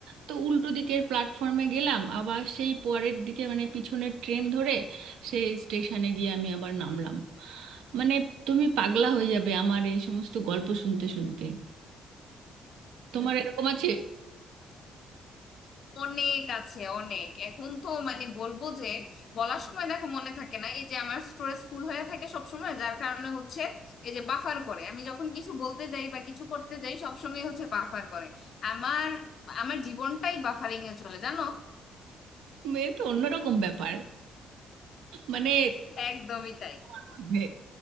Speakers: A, on the right; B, on the left.
A: তো উল্টো দিকের প্ল্যাটফর্মে গেলাম আবার সেই পরের দিকে মানে পিছনের ট্রেন ধরে সেই স্টেশনে গিয়ে আমি আবার নামলাম মানে তুমি পাগলা হয়ে যাবে আমার এই সমস্ত গল্প শুনতে শুনতে তোমার এরকম আছে
B: অনেক আছে অনেক এখন তো মানে বলবো যে বলার সময় দেখো মনে থাকে না এই যে আমার স্টোরেজ ফুল হয়ে থাকে সব সময় যার কারণে হচ্ছে এই যে বাফার করে আমি যখন কিছু বলতে যাই বা কিছু করতে যাই সব সময় হচ্ছে বাফার করে আমার আমার জীবনটাই বাফারিং এ চলে জানো
A: এ তো অন্যরকম ব্যাপার মানে
B: একদমই তাই
A: তোমার মধ্যে